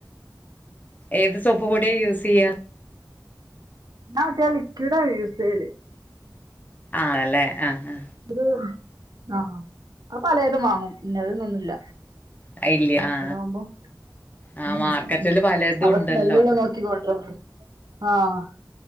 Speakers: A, on the left; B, on the right.
A: ഏത് സോപ്പ് പൊടിയാ യൂസെയ്യാ?
B: ഞാ മറ്റെ ആ ലിക്യൂഡാ യൂസെയ്യല്
A: ആണല്ലെ? ആഹ് ആഹ്
B: അത് ആഹ് അഹ് പലേതും വാങ്ങും ഇന്നെത് ന്നൊന്നുല്ല
A: ആ ഇല്ല
B: ലിക്യുഡാവുമ്പോ
A: ആ ആ
B: ഉം
A: മാർക്കറ്റില് പലതും
B: നല്ല
A: ഉണ്ടല്ലോ
B: സ്മെല്ല്ള്ളെ നോക്കി കൊണ്ടാരാം പറയും ആഹ്